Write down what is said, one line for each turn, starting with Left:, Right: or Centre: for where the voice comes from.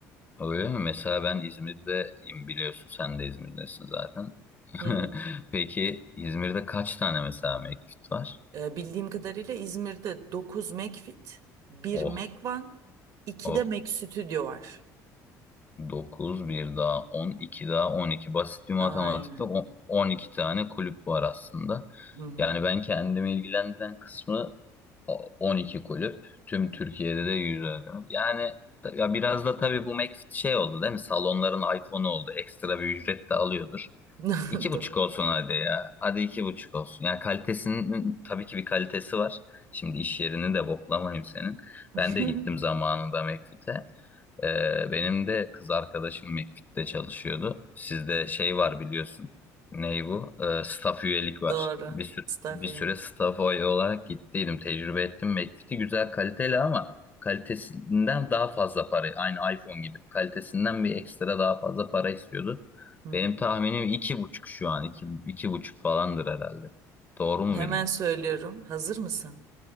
Left: Öyle mi? Mesela ben İzmir'deyim biliyorsun, sen de İzmir'desin zaten. <laughs>
Right: Hı hı.
Left: Peki İzmir'de kaç tane mesela mevcut var?
Right: Ee, bildiğim kadarıyla İzmir'de 9 Mac Fit, 1
Left: Oh,
Right: Mac One, 2
Left: oh.
Right: de Mac Studio var.
Left: 9 bir daha 12 daha 12. Basit bir matematikle
Right: Aynen.
Left: on 12 tane kulüp var aslında.
Right: Hı hı.
Left: Yani ben kendimi ilgilendiren kısmı O- 12 kulüp. Tüm Türkiye'de de 100 Yani ta- ya biraz da tabii bu McFit şey oldu değil mi? Salonların iPhone'u oldu. Ekstra bir ücret de alıyordur.
Right: <laughs>
Left: İki buçuk
Right: Doğru.
Left: olsun hadi ya. Hadi iki buçuk olsun. Yani kalitesinin tabii ki bir kalitesi var. Şimdi iş yerini de boklamayayım senin.
Right: <laughs>
Left: Ben de gittim zamanında McFit'e. Ee, benim de kız arkadaşım McFit'te çalışıyordu. Sizde şey var biliyorsun. Ney bu? Ee, staff üyelik var.
Right: Doğru.
Left: Bir süre,
Right: Stafin.
Left: bir süre staff üye olarak gittiydim. Tecrübe ettim. McFit'i güzel kaliteli ama kalitesinden daha fazla para. Aynı iPhone gibi. Kalitesinden bir ekstra daha fazla para istiyordu.
Right: Hı hı.
Left: Benim tahminim iki buçuk şu an. İki, iki buçuk falandır herhalde. Doğru mu
Right: Hemen
Left: bildim?
Right: söylüyorum. Hazır mısın?